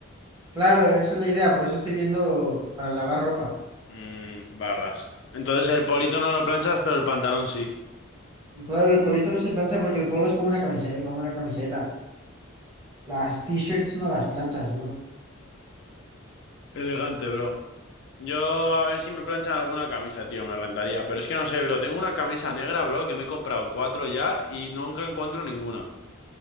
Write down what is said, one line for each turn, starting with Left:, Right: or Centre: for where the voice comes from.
Right: Claro, esa es la idea, por eso estoy viendo para lavar ropa.
Left: Mm, barras. Entonces el polito no lo planchas, pero el pantalón sí.
Right: Claro, el polito no se plancha porque el polo es como una camiseta, como una camiseta. Las t-shirts no las planchas, bro.
Left: Elegante, bro. Yo a ver si me planchan alguna camisa, tío, me rentaría. Pero es que no sé, bro. Tengo una camisa negra, bro, que me he comprado cuatro ya y nunca encuentro ninguna.